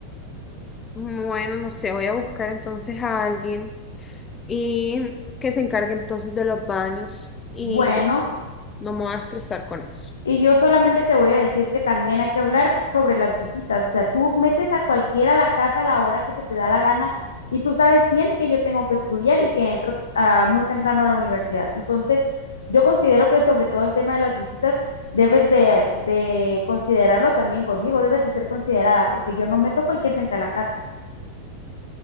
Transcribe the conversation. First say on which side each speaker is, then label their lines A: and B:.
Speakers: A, on the left; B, on the left.
A: bueno, no sé, voy a buscar entonces a alguien. y que se encargue entonces de los baños y
B: Bueno,
A: ya, no me voy a estresar con eso.
B: Y yo solamente te voy a decir que también hay que hablar sobre las visitas. O sea, tú metes a cualquiera a la casa a la hora que se te da la gana y tú sabes bien que yo tengo que estudiar y que entro ah, muy temprano a la universidad. Entonces, yo considero que sobre todo el tema de las visitas debes de, de considerarlo también conmigo, debes de ser considerada porque yo no meto cualquier gente a la casa.